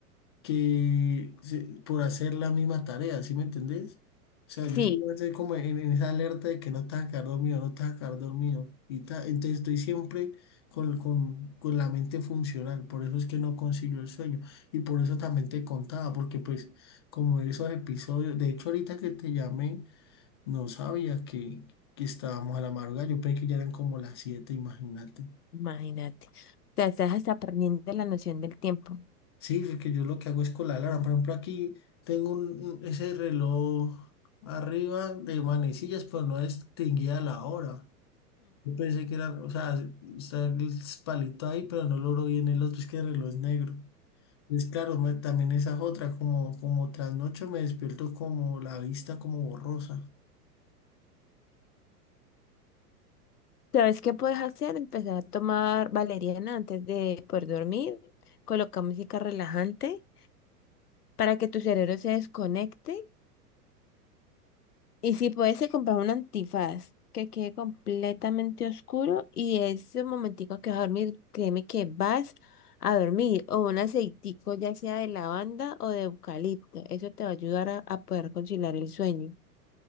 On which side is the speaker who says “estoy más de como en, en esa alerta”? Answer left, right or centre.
Left